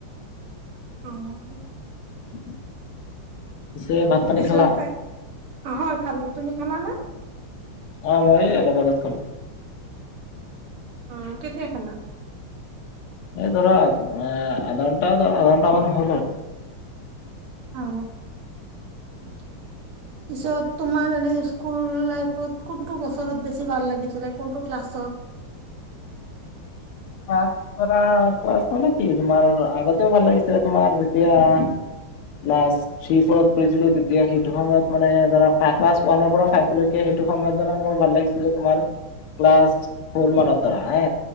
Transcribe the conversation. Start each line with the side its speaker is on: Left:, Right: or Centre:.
Right: অ'
Left: <inaudible> পিছে ভাত পানী
Right: পিছত
Left: খালা?
Right: তা <inaudible> হয়, খালো। তুমি খালানে?
Left: অ' মই এ অলপ আগত খালোঁ।
Right: অ' কেতিয়া খালা?
Left: এ দৰা আট-আ-আধা ঘণ্টা ধৰা আধা ঘণ্টা মান হ'ল আৰু।
Right: অ পিছত তোমাৰ এনে স্কুল লাই ফত কোনটো বছৰত বেছি ভাল লাগিছিলে? কোনটো ক্লাছত?
Left: <unintelligible> ধৰা ক্লাছ মানে কি তোমাৰ আৰু আগতেও ভাল লাগিছিলে তোমাৰ যেতিয়া ক্লাছ থ্ৰী, ফ'ৰত পঢ়িছিলো তেতিয়া সেইটো সময়ত মানে ধৰা ফা ক্লাছ ওৱানৰ পৰা ফাইভলৈকে সেইটো সময়ত ধৰা মোৰ ভাল লাগিছি ছিলে তোমাৰ ক্লাছ ফৰ মানত ধৰা হে